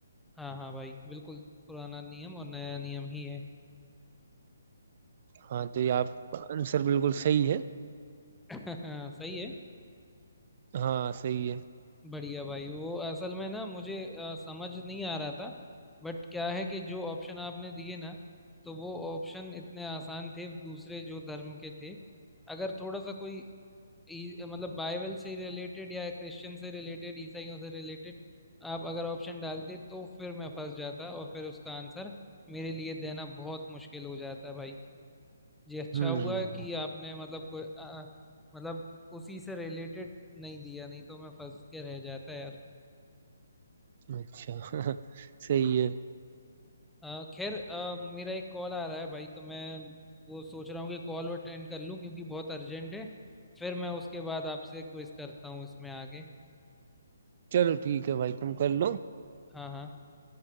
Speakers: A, in the centre; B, on the right.
A: हाँ हाँ भाई बिल्कुल पुराना नियम और नया नियम ही है
B: हाँ तो ये आपका आंसर बिल्कुल सही है
A: <laughs> हाँ सही है
B: हाँ सही है
A: बढ़िया भाई वो असल में ना मुझे अ, समझ नहीं आ रहा था बट क्या है कि जो ऑप्शन आपने दिए ना तो वो ऑप्शन इतने आसान थे दूसरे जो धर्म के थे अगर थोड़ा सा कोई ई- मतलब बाइबल से रिलेटेड या क्रिश्चियन से रिलेटेड ईसाइयों से रिलेटेड आप अगर ऑप्शन डालते तो फिर मैं फंस जाता और फिर उसका आंसर मेरे लिए देना बहुत मुश्किल हो जाता भाई जी अच्छा
B: हम्म
A: हुआ कि आपने मतलब कोई अ, मतलब उसी से रिलेटेड नहीं दिया नहीं तो मैं फंस के रह जाता यार
B: अच्छा <laughs> सही है
A: अ, खैर अ, मेरा एक कॉल आ रहा है भाई तो मैं वो सोच रहा हूँ कि कॉल अटेंड कर लूँ क्योंकि बहुत अर्जेंट है फिर मैं उसके बाद आपसे क्विज करता हूँ इसमें आगे
B: चलो ठीक है भाई तुम कर लो
A: हाँ हाँ